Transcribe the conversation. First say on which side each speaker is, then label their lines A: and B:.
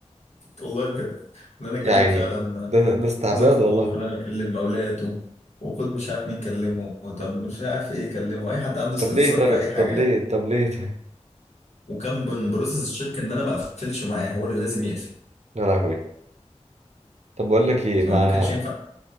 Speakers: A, on the left (about 70°); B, on the right (about 70°).
A: والله بجد خلاني أكلم
B: يا عيني
A: فعلا
B: ده ده استعباد
A: زوجته
B: والله
A: وخلاني أكلم أولاده وخد مش عارف مين كلمه طب مش عارف إيه كلمه أي حد عنده استفسار
B: طب ليه طيب
A: في أي حاجة
B: طب ليه
A: يعني.
B: طب ليه <laughs> طيب
A: وكان من بروسس الشركة إن أنا ما أقفلش معاه هو اللي لازم يقفل
B: يا لهوي طب بقول لك ايه
A: فما
B: ما
A: كانش ينفع